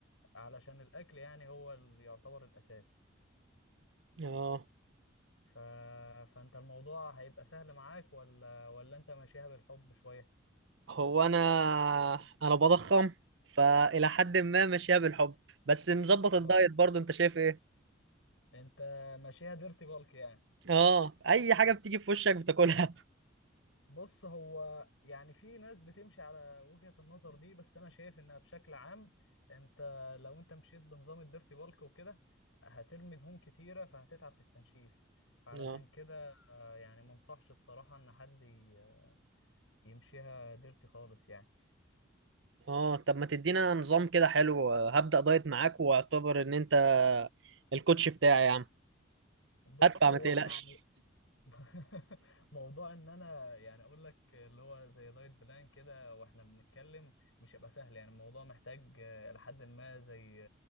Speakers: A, on the left (about 75°); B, on the right (about 65°).
A: علشان الاكل يعني هو اللي يعتبر الاساس
B: اه
A: ف... فانت الموضوع هيبقى سهل معاك ولا ولا انت ماشيها بالحب شويه
B: هو انا انا بضخم فالى حد ما ماشيها بالحب بس مظبط
A: اه
B: الدايت برضو انت شايف ايه
A: انت ماشيها ديرتي بالك يعني
B: اه اي حاجة بتيجي في وشك بتاكلها
A: بص هو يعني في ناس بتمشي على وجهة النظر دي بس انا شايف انها بشكل عام انت لو انت مشيت بنظام الديرتي بالك وكده هترمي دهون كتيرة فهتتعب في التنشيف فعلشان
B: اه
A: كده آه، يعني ما انصحش الصراحة ان حد ي- يمشيها ديرتي خالص يعني
B: اه طب ما تدينا نظام كده حلو هبدأ دايت معاك واعتبر ان انت الكوتش بتاعي يا عم
A: بص
B: هدفع
A: هو
B: ما تقلقش
A: يعني <laughs> موضوع ان انا يعني اقول لك اللي هو زي دايت بلان كده واحنا بنتكلم مش هيبقى سهل يعني الموضوع محتاج آه، لحد ما زي